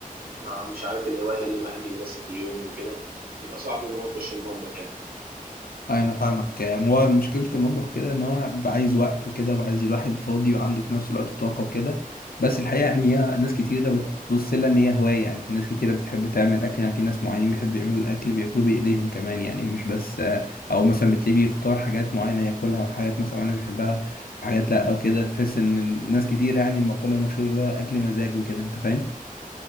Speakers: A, on the right (about 85°); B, on the left (about 85°).
A: مع مش عارف الهوايه اللي الواحد بيمارسها في اليوم وكده بيبقى صعب ان هو يخش المطبخ يعني
B: أيوة، انا فاهمك هو مشكله المطبخ كده ان هو عايز وقت وكده وعايز الواحد فاضي وعنده في نفس الوقت طاقه وكده بس الحقيقه يعني هي ناس كتيره
A: اه
B: بتبص لها ان هي هوايه يعني في ناس كتيره بتحب تعمل اكل يعني في ناس معينين بيحبوا يعملوا الاكل بياكلوه بايديهم كمان يعني مش بس او مثلا بتلاقيه بيختار حاجات معينه ياكلها وحاجات مثلا انا بيحبها وحاجات لا او كده بتحس ان الناس كتير يعني المقوله المشهوره اللي هو الاكل مزاج وكده انت فاهم